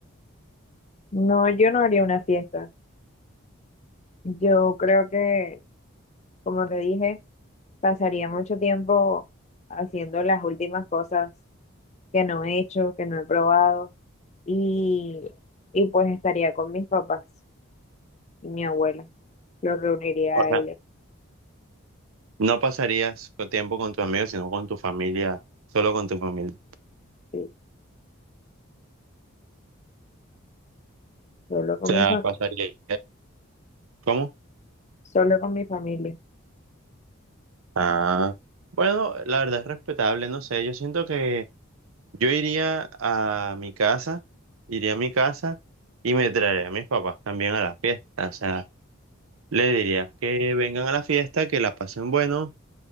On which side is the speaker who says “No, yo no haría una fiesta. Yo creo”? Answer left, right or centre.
Left